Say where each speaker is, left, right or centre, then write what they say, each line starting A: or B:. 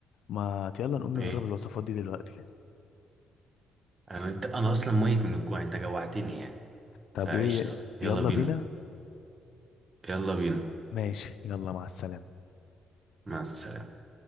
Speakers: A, on the left; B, on the right.
A: ما يلا نقوم نجرب
B: ايه
A: الوصفات دي دلوقتي
B: انا انت انا اصلا ميت من الجوع انت جوعتني يعني
A: طب
B: فقشطه
A: ايه
B: يلا
A: يلا
B: بينا
A: بينا
B: يلا بينا
A: ماشي يلا مع السلامه
B: مع السلامه